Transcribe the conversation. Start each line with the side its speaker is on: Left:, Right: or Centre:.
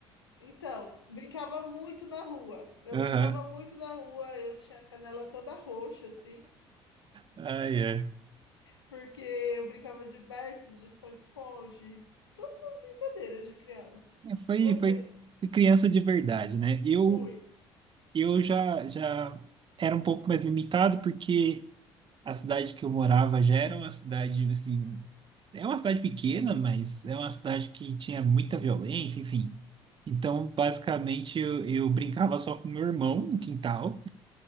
Left: Então, brincava muito na rua. Eu
Right: Aham.
Left: brincava muito na rua, eu tinha a canela toda roxa, assim,
Right: Ai, ai.
Left: porque eu brincava de bets, de esconde-esconde, todas as brincadeiras de criança.
Right: É, Foi,
Left: E você?
Right: foi criança de verdade, né? Eu,
Left: Fui.
Right: eu já, já era um pouco mais limitado, porque a cidade que eu morava já era uma cidade, assim, é uma cidade pequena, mas é uma cidade que tinha muita violência, enfim. Então, basicamente, eu, eu brincava só com meu irmão no quintal,